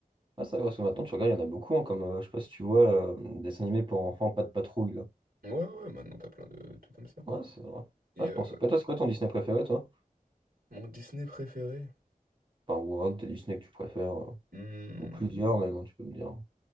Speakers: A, on the right (about 35°); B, on the right (about 85°).
A: Ah, ça, parce que maintenant, tu regardes, il y en a beaucoup, hein, comme, euh, je sais pas si tu vois, euh, dessin animé pour enfants, pas de patrouille, là.
B: Ouais, ouais, maintenant t'as plein de trucs comme ça.
A: Ouais, c'est vrai.
B: Et
A: Ah, je
B: euh,
A: pensais pas. Toi, c'est quoi ton Disney préféré, toi?
B: mon Disney préféré?
A: Enfin, ou un de tes Disney que tu préfères, euh,
B: Hmm,
A: ou plusieurs même, hein, tu peux me dire.